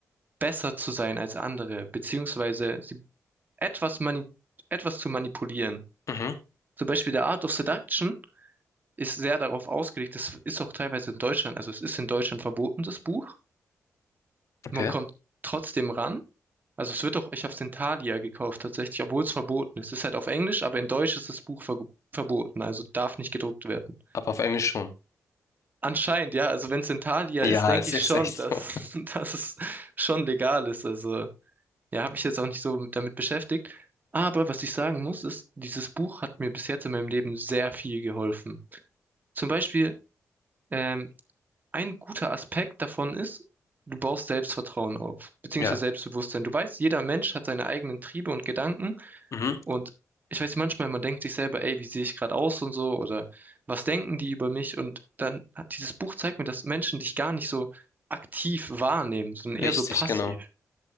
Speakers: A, on the right; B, on the left.
A: besser zu sein als andere, beziehungsweise sie etwas, mani etwas zu manipulieren.
B: Mhm.
A: Zum Beispiel der Art of Seduction ist sehr darauf ausgelegt, das ist auch teilweise in Deutschland, also es ist in Deutschland verboten, das Buch.
B: Okay.
A: Man kommt trotzdem ran. Also es wird doch, ich habe es in Thalia gekauft tatsächlich, obwohl es verboten ist. Es ist halt auf Englisch, aber in Deutsch ist das Buch ver verboten, also darf nicht gedruckt werden.
B: Aber auf Englisch schon.
A: Anscheinend, ja, also wenn es in Thalia
B: Ja,
A: ist, denke
B: <laughs> es
A: ich
B: ist
A: schon,
B: echt
A: dass,
B: so.
A: <laughs> dass es schon legal ist. Also ja, habe mich jetzt auch nicht so mit- damit beschäftigt. Aber was ich sagen muss, ist, dieses Buch hat mir bis jetzt in meinem Leben sehr viel geholfen. Zum Beispiel, ähm, ein guter Aspekt davon ist, du baust Selbstvertrauen auf, beziehungsweise
B: Ja.
A: Selbstbewusstsein. Du weißt, jeder Mensch hat seine eigenen Triebe und Gedanken.
B: Mhm.
A: Und ich weiß manchmal, man denkt sich selber, ey, wie sehe ich gerade aus und so oder was denken die über mich? Und dann hat dieses Buch zeigt mir, dass Menschen dich gar nicht so aktiv wahrnehmen, sondern
B: Richtig,
A: eher so passiv.
B: genau.